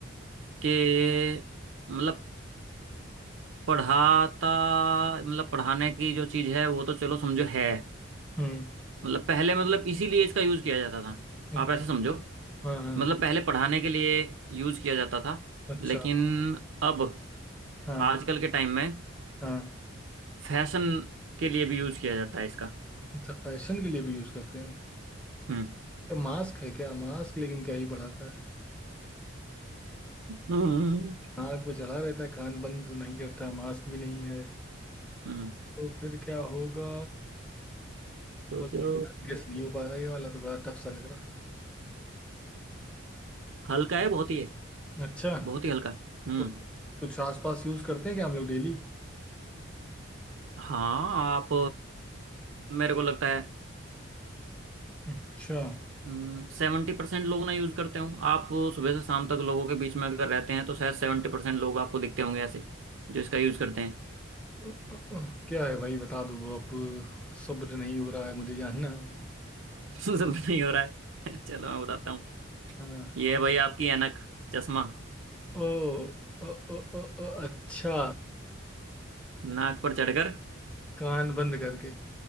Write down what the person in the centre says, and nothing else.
हम्म
हाँ
हाँ हाँ,
अच्छा
हाँ
हाँ
अच्छा फैशन के लिए भी यूज करते हैं
तो मास्क है क्या मास्क लेकिन क्या ही बढ़ाता है
नाक पे चढ़ा रहता है कान बंद तो नहीं करता है मास्क भी नहीं है
तो फिर क्या होगा
पता नहीं यार गेस नहीं हो पा रहा ये वाला तो बड़ा टफ सा लग रहा
अच्छा
कुछ कुछ आसपास यूज करते हैं क्या हम लोग डेली
अच्छा
अ, अ, अ, क्या है भाई बता दो अब सब्र नहीं हो रहा है मुझे जानना है
हाँ
ओ, ओ, ओ, ओ, ओ, अच्छा
कान बंद करके